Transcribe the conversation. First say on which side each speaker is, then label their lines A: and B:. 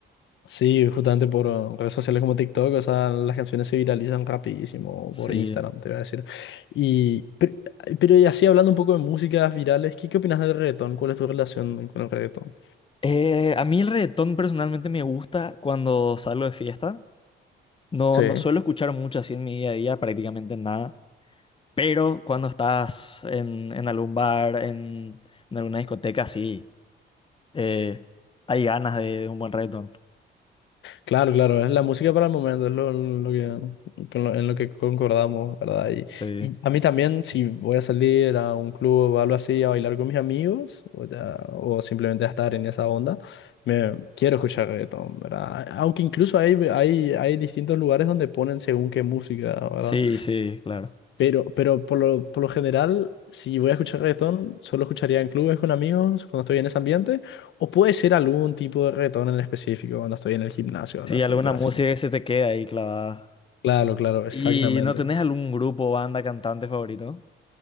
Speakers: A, on the left; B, on the left.
A: Sí, justamente por uh, redes sociales como TikTok, o sea, las canciones se viralizan rapidísimo
B: Sí.
A: por Instagram, te voy a decir. Y, pe- pero, y así hablando un poco de músicas virales, ¿qué, qué opinas del reggaetón? ¿Cuál es tu relación con el reggaetón?
B: Eh, a mí el reggaetón personalmente me gusta cuando salgo de fiesta. No,
A: Sí.
B: no suelo escuchar mucho así en mi día a día, prácticamente nada. Pero cuando estás en, en algún bar, en, en alguna discoteca, sí, eh, hay ganas de, de un buen reggaetón.
A: Claro, claro, es la música para el momento, es lo, lo que, con lo- en lo que concordamos, ¿verdad? Y,
B: Sí.
A: y a mí también, si voy a salir a un club o algo así a bailar con mis amigos, o, ya- o simplemente a estar en esa onda, me quiero escuchar reggaetón, ¿verdad? Aunque incluso hay, hay, hay distintos lugares donde ponen según qué música, ¿verdad?
B: Sí, sí, claro.
A: Pero, pero por lo, por lo general, si voy a escuchar reggaetón, solo escucharía en clubes con amigos cuando estoy en ese ambiente, o puede ser algún tipo de reggaetón en específico cuando estoy en el gimnasio, ahora
B: Sí,
A: sí,
B: alguna
A: pero
B: música
A: así.
B: que se te queda ahí clavada.
A: Claro, claro, exactamente.
B: ¿Y no tenés algún grupo, banda, cantante favorito?